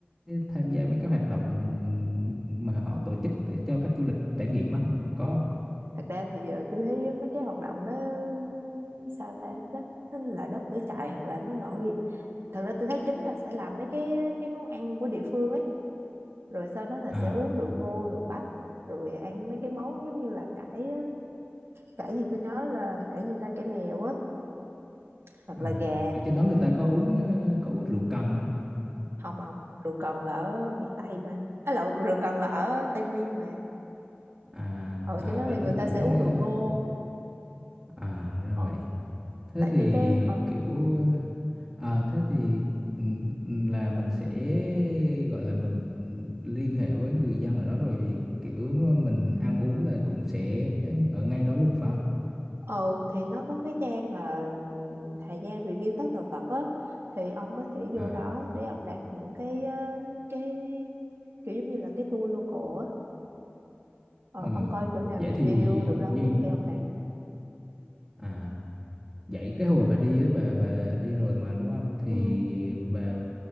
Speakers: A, on the right; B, on the right.
A: tham gia mấy cái hoạt động mà họ tổ chức để cho khách du lịch trải nghiệm á, có không?
B: thật ra thì ờ, tôi thấy mấy cái hoạt động đó ừm, sao ta nó, nó là đốt lửa trại hoặc là nó ngồi thật ra tôi thấy chính là sẽ làm mấy cái cái món ăn của địa phương ấy rồi sau đó là
A: À,
B: sẽ uống rượu ngô rượu bắp rồi ăn mấy cái món giống như là cải Cải gì tôi nhớ là cải gì ta cải mèo á hoặc
A: à
B: là gà
A: ở trên đó người ta có uống ờ, có uống rượu cần không?
B: không ông rượu cần là ở miền Tây mà à, lộn rượu cần là ở Tây Nguyên mà
A: À,
B: ở
A: à
B: trên đó
A: tại
B: thì người
A: tôi
B: ta
A: tưởng
B: sẽ uống rượu
A: ờ,
B: ngô
A: À ra
B: ờ,
A: vậy. Thế
B: tại
A: thì
B: trên cái hả
A: kiểu à thế thì ừm, là mình sẽ gọi là mình liên hệ với người dân ở đó rồi kiểu mình ăn uống là cũng sẽ ở ngay đó luôn phải không?
B: ờ thì nó có cái trang là thời gian review tất tần tật á thì ông có thể vô
A: À
B: đó để ông đặt những cái ờ, cái kiểu giống như là cái tour local á ờ,
A: ừm.
B: ông coi chỗ nào
A: Vậy
B: review
A: thì
B: được đông
A: như
B: nhất thì ông đặt
A: à vậy cái hồi bà đi á bà bà đi rồi mà đúng không? Thì
B: ừ.
A: bà